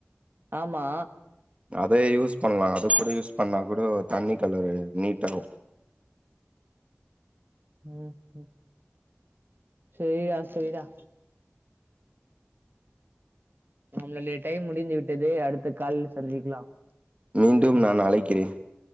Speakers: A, on the right; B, on the right.
A: ஆம்மா
B: அதே யூஸ் பண்லா அது கூட யூஸ் பண்ணா கூட தண்ணி கலரு நீட்டாகு
A: ம் சேரிடா சேரிடா நம்முடைய டைம் முடிந்து விட்டது அடுத்த காலில் சந்திக்லாம்
B: மீண்டும் நான் அழைக்கிறேன்